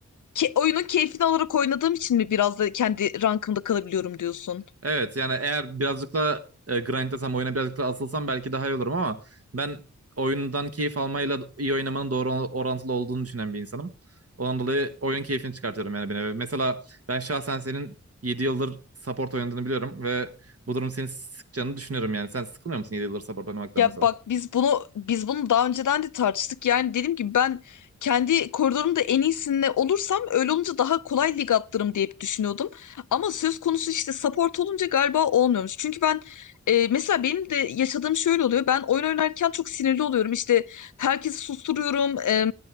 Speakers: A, on the left; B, on the right.
A: ke- oyunun keyfini alarak oynadığım için mi biraz da kendi rankımda kalabiliyorum diyorsun?
B: Evet yani eğer birazcık da e, grindlasam oyuna birazcık da asılsam belki daha iyi olurum ama ben oyundan keyif almayla iyi oynamanın doğru orantılı olduğunu düşünen bir insanım. Ondan dolayı oyun keyfini çıkartıyorum yani beni. Mesela ben şahsen senin 7 yıldır support oynadığını biliyorum ve bu durum seni sıkacağını düşünüyorum yani. Sen sıkılmıyor musun 7 yıldır support oynamaktan
A: Ya
B: mesela?
A: bak biz bunu biz bunu daha önceden de tartıştık. Yani dedim ki ben kendi koridorumda en iyisinde olursam öyle olunca daha kolay lig atlarım diye hep düşünüyordum. Ama söz konusu işte support olunca galiba olmuyormuş. Çünkü ben e, mesela benim de yaşadığım şöyle oluyor. Ben oyun oynarken çok sinirli oluyorum. İşte herkesi susturuyorum. E,